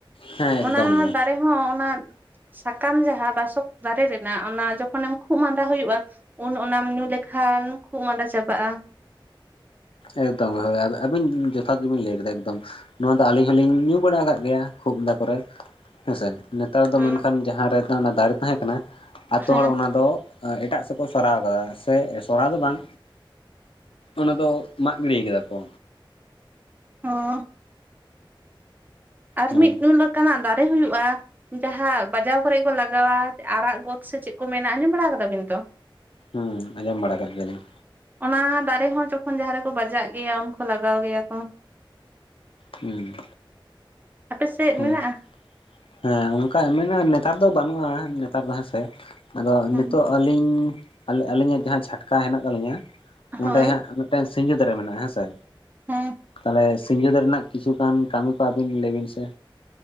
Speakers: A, on the left (about 90°); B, on the right (about 20°).
A: ᱦᱮᱸ ᱮᱠᱫᱚᱢ
B: ᱚᱱᱟ
A: ᱜᱮ
B: ᱫᱟᱨᱮ ᱦᱚᱸ ᱚᱱᱟ ᱥᱟᱠᱟᱢ ᱡᱟᱦᱟ ᱵᱟᱥᱚᱠ ᱫᱟᱨᱮ ᱨᱮᱱᱟᱜ, ᱚᱱᱟ ᱡᱚᱠᱷᱚᱱᱮᱢ ᱠᱷᱩᱜ ᱢᱟᱸᱫᱟ ᱦᱩᱭᱩᱜᱼᱟ ᱩᱱ ᱚᱱᱟᱢ ᱧᱩ ᱞᱮᱠᱷᱟᱱ ᱠᱷᱩᱜ ᱢᱟᱸᱫᱟ ᱪᱟᱵᱟᱜᱼᱟ᱾
A: ᱮᱠᱫᱚᱢ ᱦᱳᱭ᱾ ᱟᱹᱵᱤᱱ ᱡᱚᱛᱷᱟᱛ ᱜᱮᱵᱤᱱ ᱞᱟᱹᱭ ᱠᱮᱫᱟ ᱮᱠᱫᱚᱢ ᱱᱚᱣᱟ ᱫᱚ ᱟᱞᱤᱧ ᱦᱚᱞᱤᱧ ᱧᱩ ᱵᱟᱲᱟ ᱠᱟᱜ ᱜᱮᱭᱟ ᱠᱷᱩᱜ ᱢᱟᱫᱟ ᱠᱚᱨᱮ ᱦᱮᱸᱥᱮ ᱱᱮᱛᱟᱨ ᱫᱚ
B: ᱦᱩᱸ
A: ᱢᱮᱱᱠᱷᱟᱱ ᱡᱟᱦᱟ ᱨᱮᱫᱚ ᱚᱱᱟ ᱫᱟᱨᱮ ᱛᱟᱦᱮᱸ ᱠᱟᱱᱟ ᱟᱛᱳ
B: ᱦᱮᱸ
A: ᱦᱚᱲ ᱚᱱᱟ ᱫᱚ ᱮᱴᱟᱜ ᱥᱮᱜ ᱠᱚ ᱥᱚᱨᱟᱣ ᱠᱟᱫᱟ ᱥᱮ ᱥᱚᱨᱦᱟᱣ ᱫᱚ ᱵᱟᱝ ᱚᱱᱟ ᱫᱚ ᱢᱟᱜ ᱜᱤᱲᱤᱭ ᱠᱟᱫᱟ ᱠᱚ
B: ᱦᱚᱸ ᱟᱨ
A: ᱦᱳᱭ
B: ᱢᱤᱫ ᱞᱮᱠᱟᱱᱟᱜ ᱫᱟᱨᱮ ᱦᱩᱭᱩᱜᱼᱟ᱾ ᱡᱟᱦᱟ ᱵᱟᱡᱟᱣ ᱠᱚᱨᱮᱜ ᱠᱚ ᱞᱟᱜᱟᱣᱟ ᱟᱨᱟᱜ ᱜᱚᱫ ᱥᱮ ᱪᱮᱫ ᱠᱚ ᱢᱮᱱᱟ ᱟᱸᱡᱚᱢ ᱵᱟᱲᱟ ᱠᱟᱫᱟ ᱵᱤᱱ ᱛᱚ
A: ᱦᱩᱸ ᱟᱸᱡᱚᱢ ᱵᱟᱲᱟ ᱠᱟᱜ ᱜᱮᱭᱟᱞᱤᱧ᱾
B: ᱚᱱᱟ ᱫᱟᱨᱮ ᱦᱚᱸ ᱡᱚᱠᱷᱚᱱ ᱡᱟᱦᱟ ᱨᱮᱠᱚ ᱵᱟᱡᱟᱜ ᱜᱮᱭᱟ, ᱩᱱᱠᱚ ᱞᱟᱜᱟᱣ ᱜᱮᱭᱟ ᱠᱚ᱾
A: ᱦᱩᱸ
B: ᱟᱯᱮ ᱥᱮᱫ
A: ᱦᱳᱭ
B: ᱢᱮᱱᱟᱜᱼᱟ?
A: ᱦᱮᱸ ᱚᱝᱠᱟ ᱢᱮᱱᱟᱜ ᱱᱮᱛᱟᱨ ᱫᱚ ᱵᱟᱱᱩᱜᱼᱟ, ᱱᱮᱛᱟᱨ ᱫᱚ ᱦᱮᱸᱥᱮ ᱟᱫᱚ
B: ᱦᱮᱸ
A: ᱱᱤᱛᱚᱜ ᱟᱹᱞᱤᱧ, ᱟᱹᱞᱤᱼᱟᱹᱞᱤᱧᱟᱜ ᱡᱟᱦᱟᱸ ᱡᱷᱟᱴᱠᱟ ᱦᱮᱱᱟᱜ ᱛᱟᱹᱟᱞᱤᱧᱟ,
B: ᱦᱳᱭ
A: ᱚᱸᱰᱮ ᱦᱟᱸᱜ ᱢᱤᱫ ᱴᱟᱝ ᱥᱤᱧᱡᱚ ᱫᱟᱨᱮ ᱢᱮᱱᱟᱜᱼᱟ᱾ᱦᱮᱸ ᱥᱮ
B: ᱦᱮᱸ
A: ᱛᱟᱞᱚᱦᱮ ᱥᱤᱧᱡᱚ ᱫᱟᱨᱮᱱᱟᱜ ᱠᱤᱪᱷᱩᱜᱟᱱ ᱠᱟᱹᱢᱤ ᱠᱚ ᱟᱵᱤᱱ ᱞᱟᱹᱭ ᱵᱤᱱ ᱥᱮ